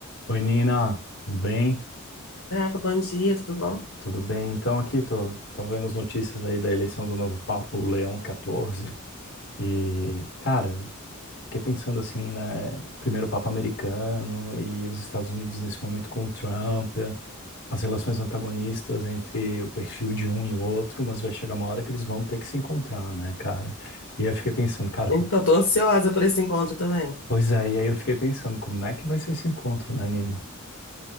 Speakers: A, on the left; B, on the left.
A: Oi, Nina, tudo bem?
B: Rafa, bom dia, tudo bom?
A: Tudo bem? Então, aqui tô, tô vendo as notícias aí da eleição do novo Papa, o Leão XIV. E, cara, fiquei pensando assim, né? O primeiro Papa americano e os Estados Unidos nesse momento com o Trump, eh, as relações antagonistas entre o perfil de um e o outro, mas vai chegar uma hora que eles vão ter que se encontrar, né, cara? E aí eu fiquei pensando, cara,
B: Então,
A: como é que...
B: tô ansiosa por esse encontro também.
A: Pois é, e aí eu fiquei pensando, como é que vai ser esse encontro, né, Nina?